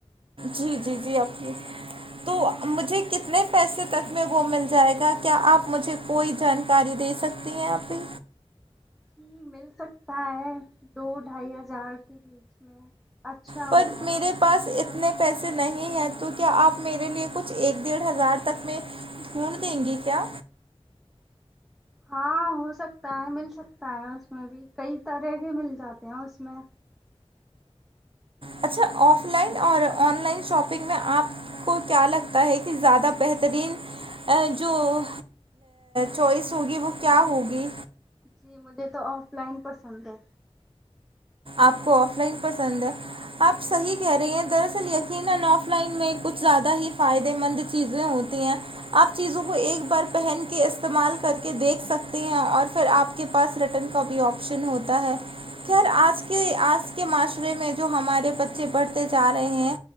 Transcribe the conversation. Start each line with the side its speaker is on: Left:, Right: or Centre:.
Right: جی جی جی آپ کی تو مجھے کتنے پیسے تک میں وہ مل جائے گا کیا آپ مجھے کوئی جانکاری دے سک تی ہیں ابھی
Centre: جی مل سکتا ہے دو ڈھائی ہزار کے بیچ میں اچھا
Right: پر
Centre: ہوگا
Right: میرے پاس اتنے پیسے نہیں ہیں تو کیا آپ میرے لیے کچھ ایک ڈیڑھ ہزار تک میں خون دیں گی کیا
Centre: ہاں ہو سکتا ہے مل سکتا ہے اس میں بھی کئی طرح کے مل جاتے ہیں اس میں
Right: اچھا آف لائن اور آن لائن شاپنگ میں آپ کو کیا لگتا ہے کہ زیادہ بہترین جو چوائس ہوگی وہ کیا ہوگی
Centre: جی مجھے تو آف لائن پسند ہے
Right: آپ کو آف لائن پسند ہے آپ صحیح کہہ رہی ہیں دراصل یہ یقینا آف لائن میں کچھ زیادہ ہی فائدے مند چیزیں ہوتی ہیں آپ چیزوں کو ایک بار پہن کے استعمال کر کے دیکھ سکتے ہیں اور پھر آپ کو کے پاس ریٹرن کا بھی آپشن ہوتا ہے
Centre: جی
Right: خیر آج کے کہ آج کے معاشرے میں جو ہمارے بچے پڑھتے جا رہے ہیں